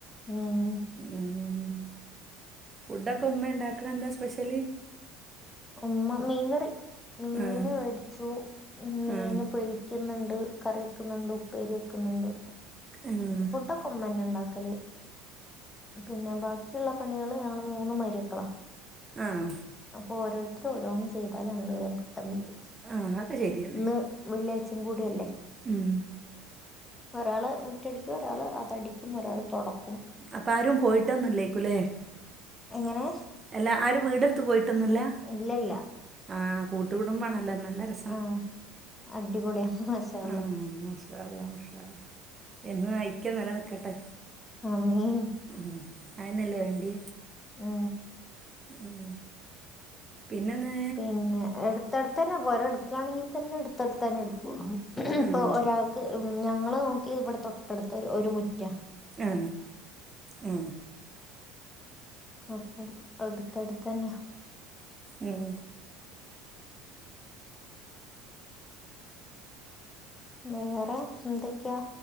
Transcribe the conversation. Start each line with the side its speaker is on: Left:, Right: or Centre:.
Left: ഉം
Right: ഉം ഫുഡൊക്കെ ഉമ്മ ഉണ്ടാക്കണേ എന്താ സ്പെഷ്യൽ
Left: ഉമ്മ മീൻ കറി മീൻ
Right: ആഹ്
Left: മേടിച്ചു മീന്
Right: ഉം
Left: പൊരി വക്കുന്നുണ്ട് കറി വെക്കുന്നുണ്ട് ഉപ്പേരി വെക്കുന്നുണ്ട്
Right: ഉം
Left: ഫുഡ്‌ കുമ്മന ഉണ്ടാക്കല് പിന്നെ ബാക്കിയുള്ള പണികള് ഞങ്ങള് മൂന്ന് മരിയൊക്കല്ല
Right: ആഹ്.
Left: അപ്പൊ ഓരോരുത്തര് ഓരോന്ന് ചെയ്താല് അങ്ങട്ട് വേ പെട്ടന്ന് തീരും
Right: ആഹ് അതൊക്കെ ശരിയന്നെ
Left: ഇന്ന് വെള്ളിയാഴ്ച്ചും കൂടല്ലേ
Right: ഉം
Left: ഒരാൾ മുറ്റടിക്കും ഒരാൾ അകടിക്കും ഒരാൾ തുടക്കും.
Right: അപ്പ ആരും പോയിട്ടൊന്നില്ലേക്കുല്ലേ
Left: എങ്ങനെ
Right: അല്ലാ ആര് വീടെടുത്ത് പോയിട്ടൊന്നില്ലേ
Left: ഇല്ലല്ല
Right: ആഹ് കൂട്ട്‌ കുടുമ്പാണല്ലോ നല്ല രസ
Left: ആഹ് അടിപൊളിയ മാഷാഅല്ലാഹ്‌
Right: ആഹ് മാഷാ അല്ലഹ് മാഷാ അല്ലഹ് എന്നും അ അയിക്യം നെല നിക്കട്ടെ
Left: ആമീൻ.
Right: ഉം അയന്നല്ലേ വേണ്ടി
Left: ഉം
Right: ഉം പിന്നൊന്ന്
Left: പിന്നെ എടുത്ത്ടുത്തന്നെ. പോര എടുക്കുകയാണെങ്കിൽ തന്നെ, എടുത്ത്ടുത്തന്നെ എടുക്കുള്ളൂ. ഇപ്പൊ
Right: ആഹ്
Left: ഒരാൾക്ക് ഞങ്ങള് നോക്കി ഇവിടെ തൊട്ടടുത്ത ഒരു മുറ്റ
Right: ആ ആ
Left: അപ്പത് അടുത്തടുത്തന്നെയ.
Right: ഉം
Left: വേറെ എന്തൊക്കെയാ?